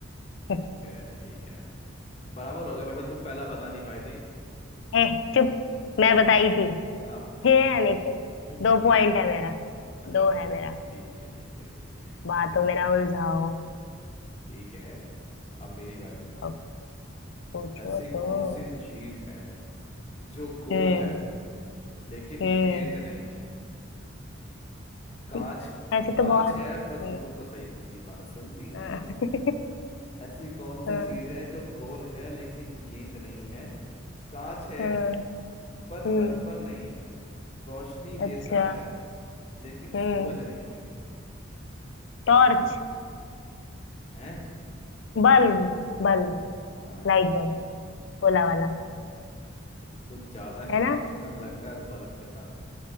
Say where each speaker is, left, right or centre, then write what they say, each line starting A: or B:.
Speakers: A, on the left; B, on the left.
A: <laughs>
B: ठीक है ठीक है बराबर हो गया वैसे तुम पहला बता नहीं पाई थी
A: हे चुप मैं बताई थी
B: कहाँ
A: <laughs>
B: बताए
A: हे नहीं तो
B: <laughs>
A: दो पॉइंट है मेरा
B: अच्छा
A: दो
B: ठीक
A: है मेरा
B: है ठीक है ठीक है ठीक है
A: बातों में ना उलझाओ
B: ठीक है अब मेरी बारी
A: अब पूछो
B: ऐसी
A: तो
B: कौन सी चीज है जो गोल
A: हम्म
B: है लेकिन
A: हम्म
B: गेंद नहीं है कांच
A: <laughs> ऐसे तो
B: कांच
A: बहुत
B: है पर
A: हम्म
B: सुनो तो सही पूरी बात सुनती नहीं
A: हाँ।
B: हो
A: <laughs>
B: ऐसी कौन सी
A: हाँ,
B: चीज है जो गोल है लेकिन गेंद नहीं है कांच है
A: हाँ,
B: पर
A: हम्म
B: दर्पण नहीं है रोशनी
A: अच्छा
B: देता है लेकिन सूरज
A: हम्म
B: नहीं है
A: torch
B: हैं
A: Bulb bulb
B: हाँ
A: Light bulb भोला वाला
B: कुछ कुछ ज्यादा ही
A: है
B: कनेक्शन
A: ना
B: लगता है तो बल्ब के साथ